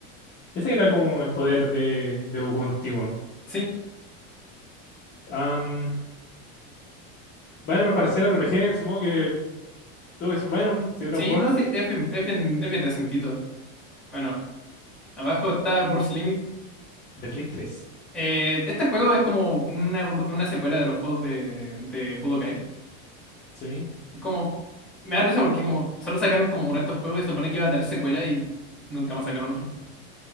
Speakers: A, on the left; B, in the centre.
A: Ese era como el poder de, de Goku antiguo.
B: Sí,
A: Am, bueno, para hacer RPG supongo que todo eso es bueno. Sí, Dragon
B: sí,
A: Ball
B: no, sí, es bien, es bien, es bien decentito. Bueno, abajo está Burst Limit.
A: de Play tres
B: Eh, este juego es como una, evolu- una secuela de los juegos de, de Budokai.
A: Sí.
B: Como, me da risa porque como solo sacaron como uno de estos juegos y se supone que iba a tener secuela y nunca más sacaron otro.